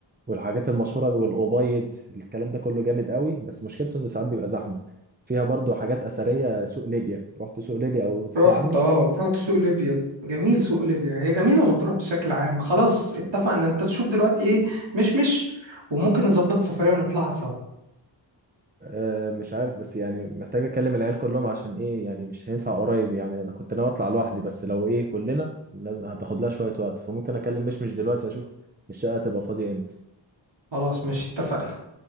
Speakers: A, on the right; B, on the right.
A: والحاجات المشهورة والأوبايد الكلام ده كله جامد قوي بس مشكلته إنه ساعات بيبقى زحمة فيها برضو حاجات أثرية سوق ليبيا رحت سوق ليبيا أو تسمع
B: رحت
A: عنه
B: اه رحت سوق ليبيا جميل سوق ليبيا هي جميلة مطروح بشكل عام خلاص اتفقنا انت تشوف دلوقتي ايه مش مش وممكن نظبط سفرية ونطلعها سوا
A: آه، مش عارف بس يعني محتاج أكلم العيال كلهم عشان إيه يعني مش هينفع قريب يعني أنا كنت ناوي أطلع لوحدي بس لو إيه كلنا لازم هتاخد لها شوية وقت فممكن أكلم مش مش دلوقتي أشوف الشقة هتبقى فاضية إمتى
B: خلاص مش اتفقنا